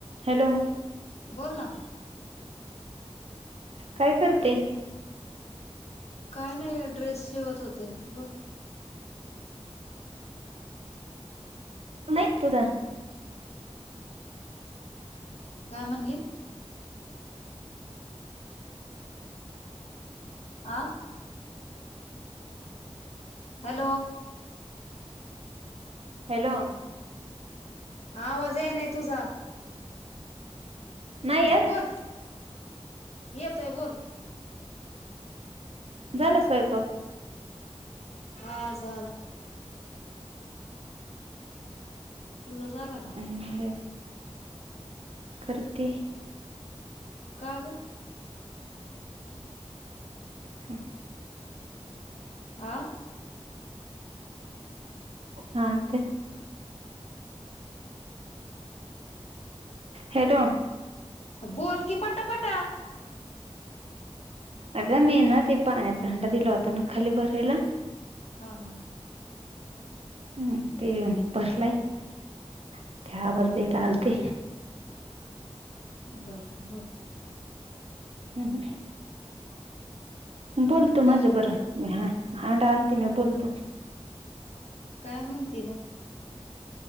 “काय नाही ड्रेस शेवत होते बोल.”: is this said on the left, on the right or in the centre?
Left